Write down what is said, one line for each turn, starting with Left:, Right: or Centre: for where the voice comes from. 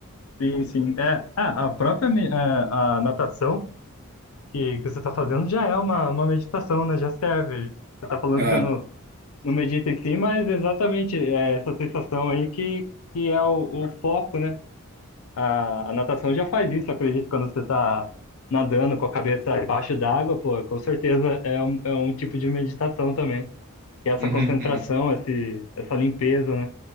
Left: Sim, sim. É, ah, a própria me- ah, a natação que, que você está fazendo já é uma, uma meditação, né? Já serve. Você está falando
Right: Ah,
Left: que você não, não medita em si, mas exatamente é essa sensação aí que, que é o, o foco, né? A, a natação já faz isso, eu acredito, quando você está nadando com a cabeça debaixo d'água, pô, com certeza é um, é um tipo de meditação também. Que é essa
Right: uhum,
Left: concentração,
Right: uhum.
Left: esse, essa limpeza, né?